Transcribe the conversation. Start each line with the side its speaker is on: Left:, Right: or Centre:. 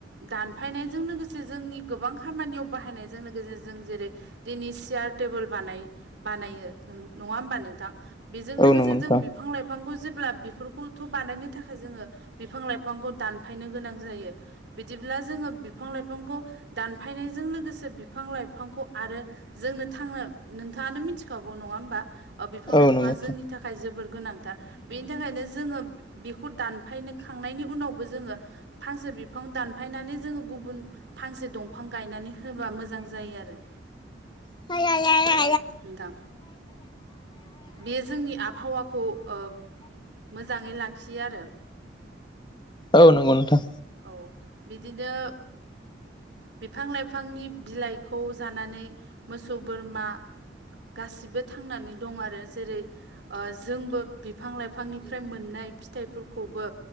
Right: दानफायनायजों लोगोसे जोंनि गोबां खामानियाव बाहायनायजादों गेजे जों जेरै दिनै सियार टेबोल बानाय बानायो नङा होमबा नोंथां। बेजों लोगोसे
Left: औ नंगौ नोंथां
Right: जों बिफां लाइ फांखौ जेब्ला बेफोरखौथ' बानायनो थाखाय जोङो बिफां लाइफांखौ दानफायनो गोनां जायो। बिदिब्ला जोङो बिफां लाइफांखौ दानफायनायजों लोगोसे बिफां लाइफांखौ आरो जोंनो थांनो नोंथाङानो मिथिखागौ नङा होमबा। ओ बिफां-लाइफाङा
Left: औ नंगौ औ नंगौ नोंथां
Right: जोंनि थाखाय जोबोर गोनांथार बेनि थाखायनो जोङो। बेखौ दानफाय नाय खांनायनि उनावबो जोङो फांसे बिफां दानफायनानै जोङो गुबुन फांसे दंफां गायनानै होबा मोजां जायो आरो।
Left: <unintelligible>
Right: नोंथां। बे जोंनि आबहावाखौ ओ मोजाङै लाखि- यो आरो।
Left: औ नंगौ नोंथां।
Right: औ बिदिनो बिफां-लाइफांनि बिलाइ- खौ जानानै मोसौ-बोरमा गासिबो थांनानै दं आरो। जेरै' ओ जोंबो बिफां-लाइफां निफ्राय मोननाय फिथाइफोरखौबो